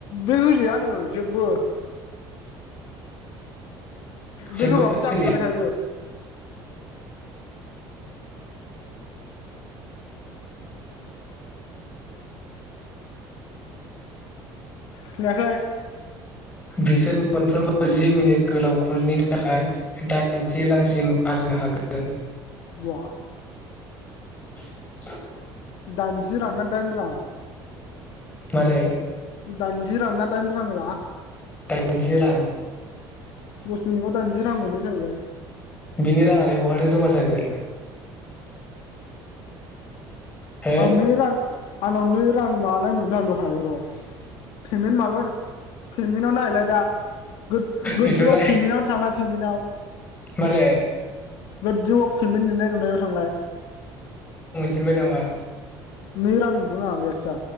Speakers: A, on the left; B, on the left.
A: बे होजायानो जेबो
B: जेबो
A: बे होबाबो जाफिनबाय
B: होजाया
A: थायो। खोनायाखै?
B: बिसोर मोनफ्रोमबो जि मिनिट गोलाव खलनि थाखाय दाइनजि रांसिम आरजिनो हागोन।
A: बवा
B: <inaudible>
A: दाइनजि रां ना दाइन रां?
B: मारै
A: दाइनजि रां ना दाइन रां रा?
B: दाइनजि रां।
A: दस मिनिट गाव दाइनजि रां मोनो जाहैबाय।
B: बिनि राङालाय बहाथो ज'मा जागोन? हो
A: आ मिरां आं नावनो रां मानाय नुदों आं दहाय र' पेमेन हाबायाव पेमेनाव नायहैलाय दा। गोद-गोदजौआव
B: बेथ' राय
A: पेमेनाव थांना पेमेनाव
B: मारै
A: गोदजौआव फेमेन लिरनाय दं। नायाव थांलाय
B: जेनबाय नामा?
A: नै रां नुदों आं जायखि जा